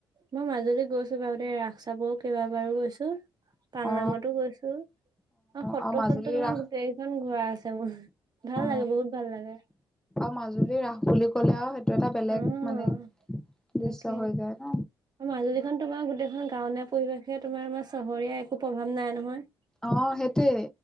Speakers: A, on the right; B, in the centre.
A: মই মাজুলীত গৈছো বাৰু দে ৰাস চাবৰও কেইবাবাৰো গৈছো। পালনামতো
B: অ
A: গৈছো অ সত্ৰ
B: আৰু মাজুলী
A: চত্ৰ তোমাৰ
B: ৰাস
A: গোটেইকেইখন ঘোঁৰা আছে মোৰ ভাল
B: অ
A: লাগে বহুত ভাল লাগে।
B: মাজুলী ৰাস বুলি কয় এইটো এটা বেলেগ
A: অ',
B: মানে দৃশ্য
A: তাকে
B: হৈ যায় ন
A: মাজুলীখন তোমাৰ গোটেইখন গাও পৰিৱেশে তোমাৰ আমাৰ চহৰীয়া একো প্ৰভাৱ নাই নহয়।
B: অ সেইটোৱে